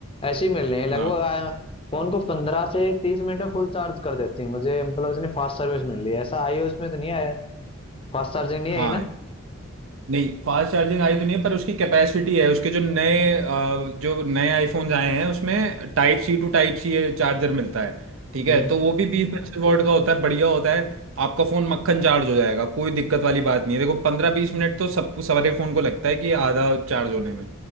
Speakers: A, on the left (about 25°); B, on the right (about 70°).
A: ऐसे ही मिल रहे हैं लगभग
B: हाँ
A: आ- फोन को 15 से 30 मिनट में फुल चार्ज कर देती है मुझे मतलब इतनी फास्ट सर्विस मिल रही है ऐसा आईओएस में तो नहीं आया फास्ट चार्जिंग नहीं
B: हाँ
A: आई ना
B: नहीं फास्ट चार्जिंग आई तो नहीं है पर उसकी कैपेसिटी है उसके जो नए अ, जो नए आईफोन्स आए हैं उसमें type C to type C charger मिलता है ठीक
A: हम्म
B: है तो वो भी बीस पच्चीस वॉट का होता है बढ़िया होता है आपका फ़ोन मक्खन चार्ज हो जाएगा कोई दिक्कत वाली बात नहीं है देखो पंद्रह बीस मिनट तो सबको सारे फ़ोन को लगता है कि आधा चार्ज होने में